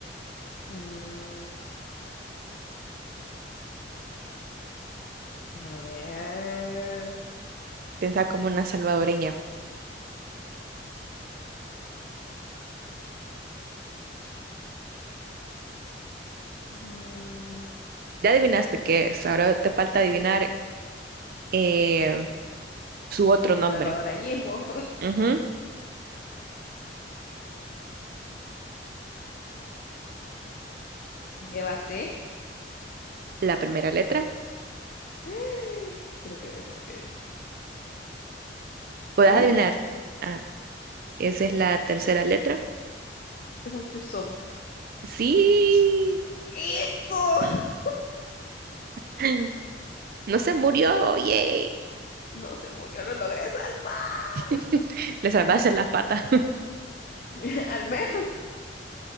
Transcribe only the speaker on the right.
Piensa como una salvadoreña.
Ya adivinaste qué es. Ahora te falta adivinar eh, su otro
nombre.
Ujú,
La primera letra.
¿Puedes
adivinar? Ah, esa es la tercera letra.
Sí. <clears throat>
<laughs> No se murió. Yay.
<laughs> Le salvaste las patas.